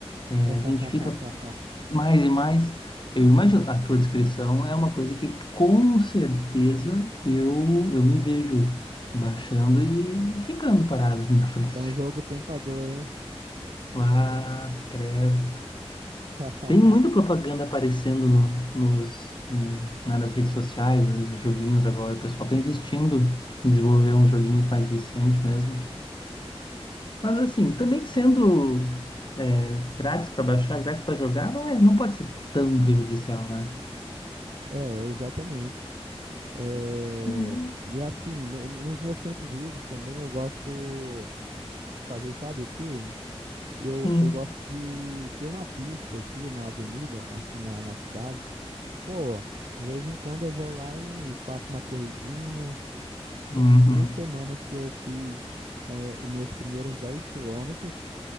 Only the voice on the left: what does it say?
É,
a gente fica mais e mais. Eu imagino, a tua descrição é uma coisa que com certeza eu, eu me vejo baixando e ficando parado ali na frente.
Mas, credo.
Tem muita propaganda aparecendo no- nos, no- né, nas redes sociais, nos joguinhos agora. O pessoal está investindo em desenvolver uns joguinhos mais viciantes mesmo. Mas assim, também sendo é, grátis para baixar, grátis para jogar, não é, não pode ser tão prejudicial, né?
Uhum.
Hum.
Uhum.